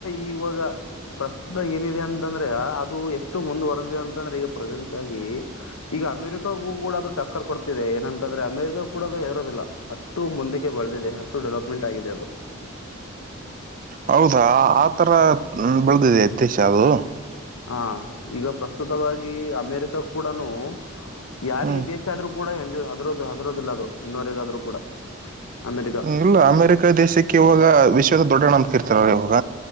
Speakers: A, on the left; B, on the right.
A: ಈವಾಗ ಪ್ರಸ್ತುತ ಏನಿದೆ ಅಂತಂದ್ರೆ ಅದು ಎಷ್ಟು ಮುಂದುವರೆದಿದೆ ಅಂತಂದ್ರೆ ಈಗ ಪ್ರೆಸೆಂಟ್ ಆಗಿ ಈಗ ಅಮೆರಿಕ ಅಮೇರಿಕ ಕೂಡ ಅದು ಟಕ್ಕರ್ ಕೊಡ್ತ ಏನಂತಂದ್ರೆ ಅಮೆರಿಕ ಕೂಡ ಅದು ಹರೋದಿಲ್ಲ ಅಷ್ಟು ಮುಂದಕ್ಕೆ ಬಳದಿದೆ ಅಷ್ಟು ಡೆವಲಪ್ಮೆಂಟ್ ಆಗಿದೆ ಅದು
B: ಹೌದಾ ಆತರ ಬೆಳೆದಿದೆ ದೇಶ ಅದು
A: ಹಾ ಈಗ ಪ್ರಸ್ತುತವಾಗಿ ಅಮೇರಿಕ ಕೂಡನು ಯಾರಿಿಗೆ
B: ಹ್ಮ್
A: ದೇಶ ಆದ್ರೂ ಕೂಡ ಹೆಂಜು ಹದರೋದು ಹದಿರೋದಿಲ್ಲ ಅದು ಇನ್ನವರೆಗಾದ್ ಕೂಡ ಅಮೆರಿಕ
B: ಇಲ್ಲ ಅಮೇರಿಕ ದೇಶಕ್ಕೆ ಇವಾಗ ವಿಶ್ವದ ದೊಡ್ಡಣ್ಣ ಅಂತ ಕಿರ್ತಾರ್ರ ಇವಾಗ